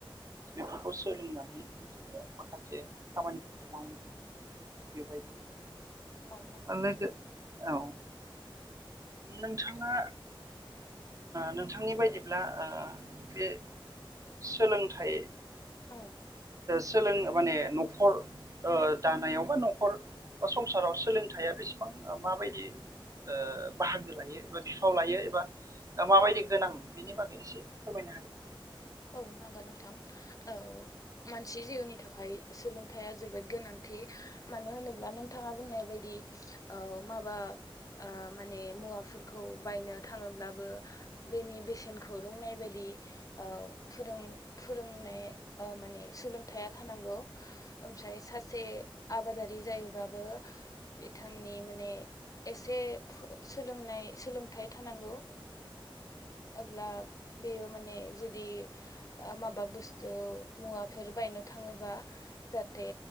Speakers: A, on the right; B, on the left.
A: बेफोरखौ सोलोंनानै जोङो माखासे खामानिफोरखौ मावनो हायो थिग बेबायदिनो
B: औ नंगौ नोंथां
A: लोगो औ नोंथाङा नोंथांनि बायदिब्ला बे सोलोंथाय
B: औ
A: सोलों माने न'खर दानायाव बा न'खर बा संसाराव सोलोंथाइया बेसेबां <unintelligible> माबायदि ओ बाहागो लायो एबा बिफाव लायो एबा माबायदि गोनां बेनि बागै एसे फोरमायनाया
B: <inaudible> औ नांगौ नोंथां औ मानसि जिउनि थाखाय सोलोंथाइया जोबोद गोनांथि मानो होनोब्ला नोंथाङा बुंनाय बायदियाव ओ माबा माने मुवाफोरखौ बायनो थाङोब्लाबो बेनि बेसेनखौ रोंनाय बायदि दि औ फोरों फोरोंनाय माने सोलोंथया थानांगौ ओमफ्राय सासे आबादारि जायोबाबो बिथांनि माने एसे सोलोंनाय सोलोंथाय थानांगौ अब्ला बेयो माने जुदि माबा बुस्थु मुवाफोर बायनो थाङोबा जाहाथे